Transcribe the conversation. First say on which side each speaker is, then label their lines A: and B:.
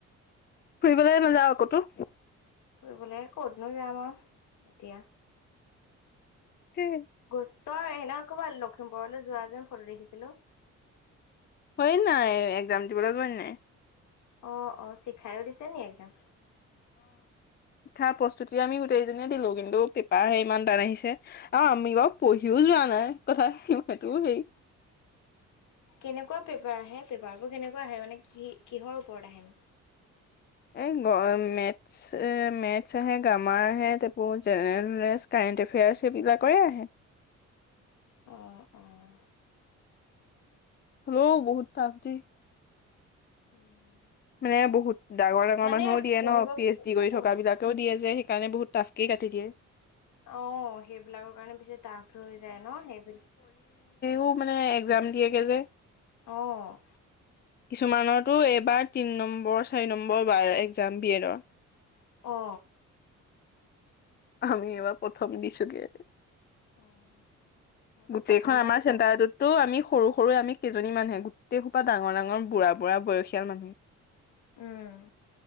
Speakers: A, on the left (about 35°); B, on the left (about 80°).
A: ফুৰিবলৈ নাযাওঁ কতো?
B: ফুৰিবলৈ ক'তনো যাম আৰু এতিয়া।
A: কি?
B: গছ তই সেই দিনা ক'ৰবাত লখিমপুৰলৈ যোৱা যেন ফটো দেখিছিলো।
A: হয় নাই এক্জাম েবুলত হয় নাই
B: অ অ শিখাইো দিছে নি একজাম
A: অিঠা
B: অ',
A: প্ৰস্তুতি আমি গোটেই দিলো কিন্তু পেপাৰহে ইমান টান আহিছে আৰু আমি বাৰু পঢ়িও যোৱা নাই কথা সেইটোও হেৰি
B: কেনেকুৱা পেপাৰ আহে পেপাৰ বোৰ কেনেকুৱা আহে মানে কি কিহৰ ওপৰত আহেনো
A: এই মে মে আহে গ্ৰামাৰ আহে ত জেনেৰেল নলেজ ক <inaudible>
B: অঁ অঁ
A: হ্ল' বহুত তাপতে
B: উম
A: মানে বহুত ডাঙৰ ডাঙৰ
B: মানে
A: মানুহও দিয়ে
B: পঢ়িব
A: ন পি এইচ ডি কৰি
B: পঢ়ি
A: থকা বিলাকেও দিয়ে যে স কাৰণে বহুত টফকে কাটি দিয়ে
B: আহ সেইবিলাকৰ কাৰণে বেছি তাহফ হৈ যায় ন সেইবিলাক
A: ও মানে এক্জাম দিয়েগে যে
B: আহ
A: কিছুমানতো এইবাৰ তিন নম্বৰ চাৰি নম্বৰ বাৰ এক্জাম বি এডৰ
B: অ
A: আমি এইবাৰ প্ৰথম দিছো গ
B: অ', মইতো
A: গোটেইখন
B: প্ৰথমবাৰ
A: আমাৰ
B: দিলত
A: চেটাৰটোতটো আমি সৰু সৰু আমি কজনী মানুহে গোটেই খোপা ডাঙৰাঙৰ বুঢ় বুঢ় বয়সীয়াল মানুহ
B: উম